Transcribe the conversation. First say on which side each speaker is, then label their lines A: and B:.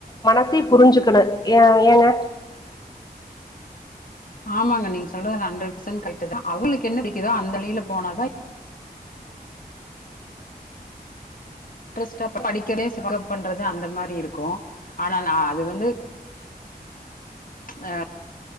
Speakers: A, on the left; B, on the left.
A: மனசையு புரிஞ்சுக்கணு ஏ ஏங்க.
B: ஆமாங்க நீங்க சொல்றது ஹண்ரட் பசன் கரெட்டுதா. <inaudible> என்ன <inaudible> அந்த வழில போனாதா ட்ரெஸ்ட்ட் <inaudible> பண்றது அந்த மாரி இருக்கு. ஆனா நா அது வந்து அ